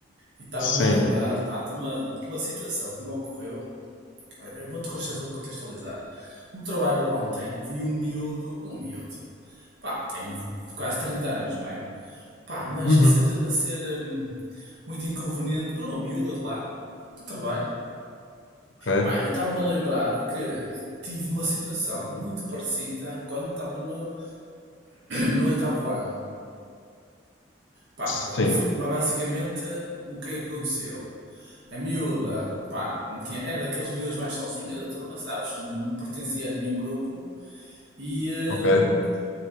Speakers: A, on the right; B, on the left.
A: e estava-me
B: Sim.
A: a lembrar, pá, de uma, de uma situação que me ocorreu. Eu vou-te conte- contextualizar. No trabalho ontem, vi um miúdo, um miúdo, pá, tem quase 30 anos, não é? Pá, mas
B: Uhum.
A: a ser, a ser hum, muito inconveniente para uma miúda de lá, do trabalho.
B: Ok.
A: Pá, e estava-me a lembrar que eu tive uma situação muito parecida quando estava no, no oitavo ano. Pá,
B: Sim.
A: foi- basicamente, o que é que aconteceu? A miúda, pá, não tinha, era daquelas miúdas mais sozinhas da turma, sabes? Não, não pertencia a nenhum grupo. E,
B: Ok.
A: hum,